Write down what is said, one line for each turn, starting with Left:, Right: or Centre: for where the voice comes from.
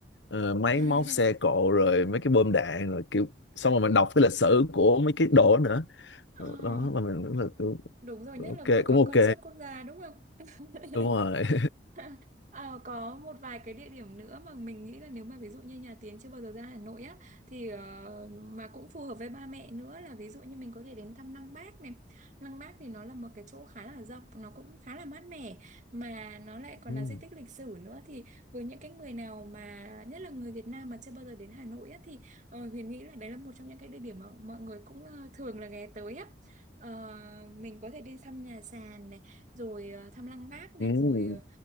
Left: ờ, máy
Right: <laughs>
Left: móc xe cộ rồi mấy cái bom đạn rồi kiểu xong rồi mình đọc cái lịch sử của mấy cái đồ đó nữa.
Right: Ờ,
Left: Ờ, Đó, mà mình cũng là
Right: ừ,
Left: kiểu,
Right: đúng rồi nhất
Left: ok,
Right: là vừa có
Left: cũng
Right: concert
Left: ok.
Right: quốc gia đúng không <laughs>
Left: Đúng rồi. <laughs>
Right: <laughs> Ờ, có một vài cái địa điểm nữa mà mình nghĩ là nếu mà ví dụ như nhà Tiến chưa bao giờ ra Hà Nội á thì ờ, mà cũng phù hợp với ba mẹ nữa là ví dụ như mình có thể đến thăm Lăng Bác này. Lăng Bác thì nó là một cái chỗ khá là rộng, nó cũng khá là mát mẻ mà nó lại còn
Left: Ừ.
Right: là di tích lịch sử nữa thì với những cái người nào mà nhất là người Việt Nam mà chưa bao giờ đến Hà Nội á thì ờ, Huyền nghĩ là đấy là một trong những cái địa điểm mà mọi người cũng ờ, thường là ghé tới á. Ờ, mình có thể đi thăm nhà sàn này, rồi ờ, thăm Lăng Bác này,
Left: Ừ.
Right: rồi ờ,